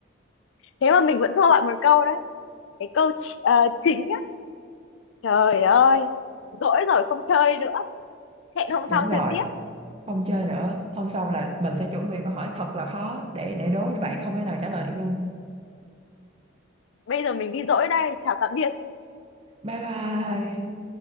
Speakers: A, on the left; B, on the right.
A: thế mà mình vẫn thua bạn một câu đấy cái câu chi- ờ, chính á trời ơi dỗi rồi không chơi nữa hẹn hôm
B: đúng
A: sau
B: rồi
A: chơi tiếp
B: không chơi nữa hôm sau là mình sẽ chuẩn bị câu hỏi thật là khó để để đố cho bạn không thể nào trả lời được luôn
A: bây giờ mình đi dỗi đây chào tạm biệt
B: bye bye